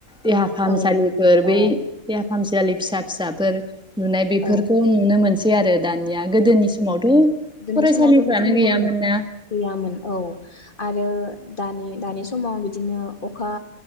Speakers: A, in the centre; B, on the left (about 40°).
A: देहा फाहामसालिफोर
B: औ
A: बै
B: औ
A: देहा फाहामसालि फिसा फिसाफोर लुनाय बेफोरखौ
B: औ
A: नुनो मोनसै आरो दानिया गोदोनि समावथ'
B: गोदोननि
A: फरायसालिफ्रानो
B: समावथ' बिदि नुवामोन
A: गैयामोन ना
B: गैयामोन औ आरो दानि दानि समाव बिदिनो अखा